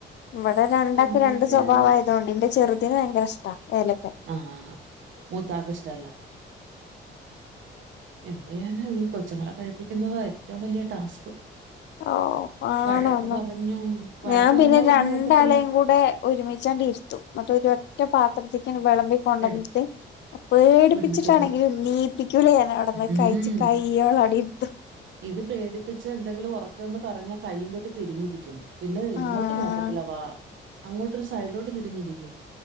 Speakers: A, on the left; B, on the right.
A: ഇവടെ രണ്ടാക്ക്
B: അങ്ങനെയൊക്കെയാ
A: രണ്ട് സ്വഭാവആയതൊണ്ട് ഇന്റെ ചെറ്ത് ർതിന് ഭയങ്കര ഇഷ്ട ഏല
B: ആഹ് ഹ് ഹ മൂത്തആക്ക് ഇഷ്ടല്ല. എന്ത്ചെയ്യാനാ ഈ കൊച്ചുങ്ങളെ കഴിപ്പിക്കുന്നത ഏറ്റവും വലിയ ടാസ്ക്
A: ഓ ആണോന്നോ
B: വഴക്ക് പറഞ്ഞു വഴക്ക്
A: ഞാൻ
B: പറഞ്ഞാലൊന്നും
A: പിന്നെ രണ്ടാളെയും
B: കേൾക്കത്തില്ല
A: കൂടെ ഒരുമിച്ചാണ്ട് ഇരുത്തും ന്നട്ട് ഒര് ഒറ്റ പാത്രത്തിക്ക് ആണ്ട് വിളമ്പി കൊണ്ടുവന്നിട്ട്
B: എടു
A: പേടിപ്പിച്ചിട്ടാണെങ്കിലും
B: ഒരുമിച്ച് കൊടുക്കും
A: നീപ്പിക്കൂലേ ഞാനഅവിടുന്ന്
B: ഉം
A: കഴിച്ച് കയ്യോള അവിട <unintelligible>
B: ഇത് പേടി പ്പിച്ച് എന്തെങ്കിലും ഒറക്കെ ഒന്ന് പറഞ്ഞാകയ്യും കെട്ടി തിരിഞ്ഞിരിക്കും. പിന്നെ ഇങ്ങോട്ട്
A: ആഹ്
B: നോക്കത്തില്ല വാ അങ്ങോട്ടൊരു സൈഡിലോട്ട് തിരിഞ്ഞിരിക്കും.